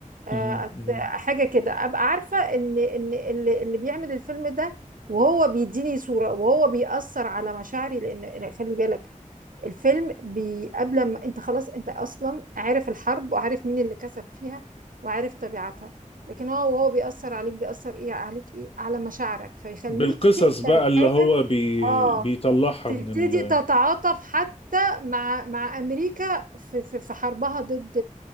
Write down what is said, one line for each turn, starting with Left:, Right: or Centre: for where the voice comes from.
Right: آه،
Left: م-
Right: أت...
Left: م.
Right: حاجه كده ابقى عارفه ان ان اللي, اللي بيعمل الفيلم ده وهو بيديني صوره وهو بيأثر على مشاعري لان خلي بالك الفيلم بي... قبل ما انت خلاص انت اصلا عارف الحرب وعارف مين اللي كسب فيها وعارف طبيعتها لكن هو وهو بيأثر عليك بيأثر ايه عليك ايه على مشاعرك فيخليك
Left: بالقصص
Right: تقبل
Left: بقى اللي
Right: حاجه
Left: هو بي...
Right: اه
Left: بيطلعها
Right: تبتدي
Left: من ال
Right: تتعاطف حتى مع مع امريكا في في في حربها ضد